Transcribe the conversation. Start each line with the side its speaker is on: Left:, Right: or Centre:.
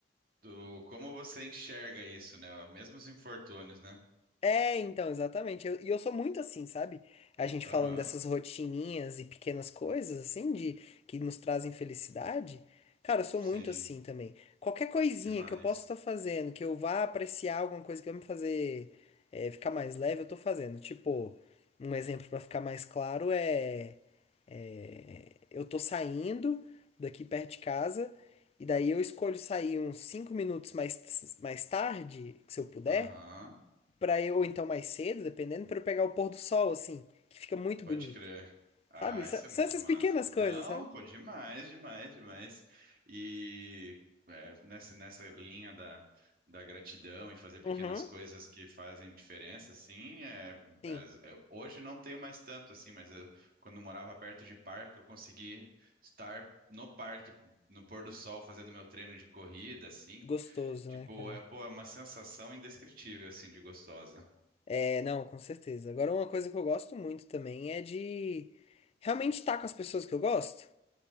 Right: Do como você enxerga isso, né? Mesmo os infortúnios, né?
Left: É, então, exatamente. Eu- E eu, sou muito assim, sabe? A gente
Right: Aham,
Left: falando dessas rotininhas e pequenas coisas, assim, de que nos trazem felicidade. Cara, eu sou
Right: sim,
Left: muito assim também. Qualquer coisinha
Right: demais.
Left: que eu possa estar fazendo, que eu vá apreciar alguma coisa que vai me fazer é, ficar mais leve, eu tô fazendo. Tipo, um exemplo pra ficar mais claro é, é, eu tô saindo daqui perto de casa e daí eu escolho sair uns 5 minutos mais, mais tarde, se eu puder
Right: Aham,
Left: para eu, ou então mais cedo, dependendo, para eu pegar o pôr do sol, assim, que fica muito
Right: pode
Left: bonito.
Right: crer. Ah,
Left: Sabe? S-
Right: isso é
Left: São
Right: muito
Left: essas
Right: massa.
Left: pequenas coisas,
Right: Não,
Left: sabe?
Right: pô, demais, demais, demais. E é, nessa, nessa linha da, da gratidão e fazer pequenas
Left: Uhum.
Right: coisas que fazem diferença, assim, é,
Left: Sim.
Right: as- é, hoje não tenho mais tanto, assim, mas eu, quando eu morava perto de parque, eu consegui estar no parque, no pôr do sol, fazendo meu treino de corrida, assim,
Left: Gostoso,
Right: Tipo,
Left: né, cara?
Right: é, pô, é uma sensação indescritível, assim, de gostosa.
Left: É, não, com certeza. Agora, uma coisa que eu gosto muito também é de realmente estar com as pessoas que eu gosto.